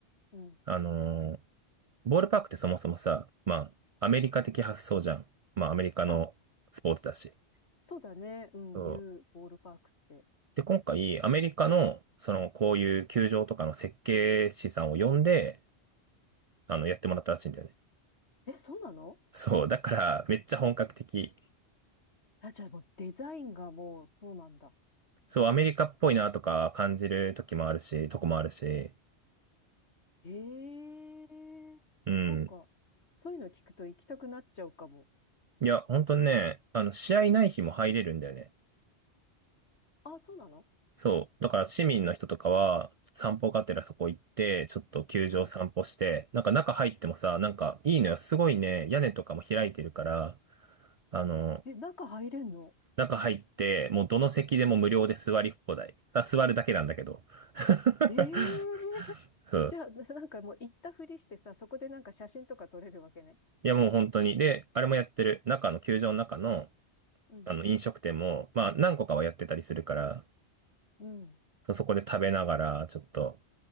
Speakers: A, on the left; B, on the right.
A: うん。
B: あのーボールパークってそもそもさ、まあ、アメリカ的発想じゃん。まあ、アメリカのスポーツだし。
A: あ、そうだね。うん、
B: そう
A: U ボールパークって。
B: で、今回、アメリカの、その、こういう球場とかの設計士さんを呼んで、あの、やってもらったらしいんだよね。
A: え、そうなの
B: <laughs> そう、だから、めっちゃ本格的。
A: あ、じゃあもうデザインがもうそうなんだ。
B: そう、アメリカっぽいなとか感じる時もあるし、とこもあるし。
A: ええなんか、
B: うん。
A: そういうの聞くと行きたくなっちゃうかも。
B: いや、本当にね、あの、試合ない日も入れるんだよね。
A: あ、そうなの
B: そう、だから市民の人とかは、散歩がてらそこ行って、ちょっと球場散歩して、
A: うん。
B: なんか中入ってもさ、なんかいいのよ。すごいね、屋根とかも開いてるから、あの、
A: え、中入れんの
B: 中入って、もうどの席でも無料で座り放題。あ、座るだけなんだけど。<laughs>
A: ええ <laughs>
B: そう。
A: じゃあ、なんかもう行ったふりしてさ、そこでなんか写真とか撮れるわけね。
B: いや、もう本当に。で、あれもやってる。中の、球場の中の、
A: うん。
B: あの、飲食店も、まあ、何個かはやってたりするから、
A: うん。
B: そうそこで食べながら、ちょっと、